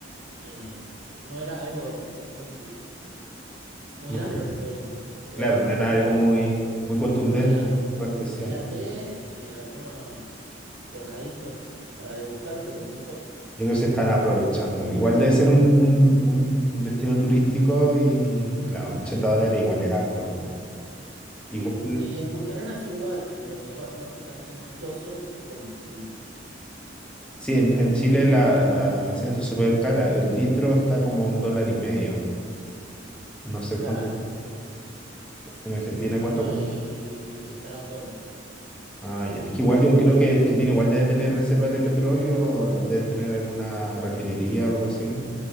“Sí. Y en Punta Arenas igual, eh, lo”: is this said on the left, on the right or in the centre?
Right